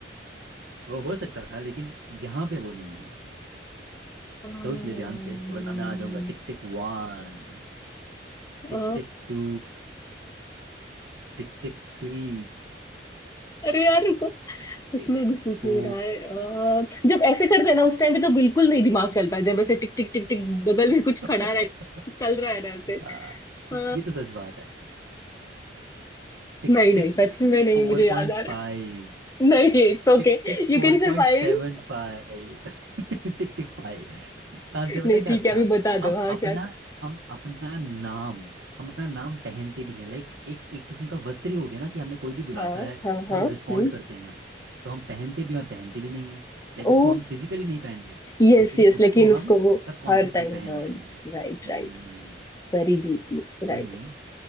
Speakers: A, on the right; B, on the left.
A: वो हो सकता था लेकिन यहाँ पे वो नहीं है
B: अम्म,
A: सोच ले ध्यान से वरना मैं आ जाऊंगा Tick tick one Tick
B: अ,
A: tick two Tick tick three
B: अरे यार रुको
A: Tick
B: सच
A: tick
B: में अभी सोच
A: ओ
B: नहीं रहा है अ, जब ऐसे करते हैं ना उस टाइम पे तो बिल्कुल नहीं दिमाग चलता है जब ऐसे टिक टिक टिक टिक बगल
A: <laughs>
B: में कुछ खड़ा रह चल रहा है ना ऐसे
A: आ,
B: अ,
A: ये ये तो सच बात है टिक
B: नहीं
A: टिक
B: नहीं सच
A: फोर
B: में नहीं मुझे याद
A: पॉइंट फाइव
B: आ रहा नहीं it's
A: टिक
B: okay
A: टिक
B: You
A: फोर
B: can
A: पॉइंट
B: survive
A: सेवन
B: <laughs>
A: फाइव <laughs> टिक टिक फाइव इसका आंसर
B: नहीं
A: पता है क्या
B: ठीक है अभी
A: था
B: बता
A: हम
B: दो हाँ
A: अपना
B: क्या था
A: हम अपना नाम हम अपना नाम पहनते भी हैं लाइक एक एक किस्म का वस्त्र ही हो गया ना कि हमें कोई भी बुलाता
B: हाँ
A: है
B: हाँ
A: तो
B: हाँ
A: हम
B: हम्म
A: रिस्पोंड करते हैं तो हम पहनते भी हैं और पहनते भी नहीं हैं लाइक
B: ओ
A: उसको हम फिजिकली नहीं पहन रहे
B: यस
A: लेकिन
B: यस
A: उसको
B: लेकिन
A: हम
B: उसको वो
A: सबकॉन्शियसली
B: हर टाइम
A: पहन
B: हाँ
A: रहे हैं
B: Right
A: हम्म
B: right Very deep looks
A: कोई
B: right
A: नहीं